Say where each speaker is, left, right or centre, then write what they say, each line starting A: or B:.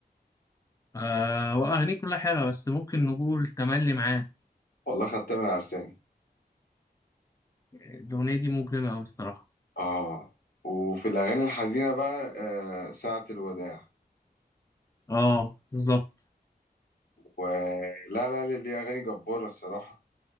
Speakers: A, on the left (about 20°); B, on the left (about 70°).
A: آه واغانيه كلها حلوه بس ممكن نقول تملي معاه
B: والله خدتها من عرساني
A: الاغنيه دي مجرمه قوي الصراحه
B: اه وفي الاغاني الحزينه بقى آه ساعه الوداع
A: اه بالظبط
B: ولا لا لا ليه اغاني جباره الصراحه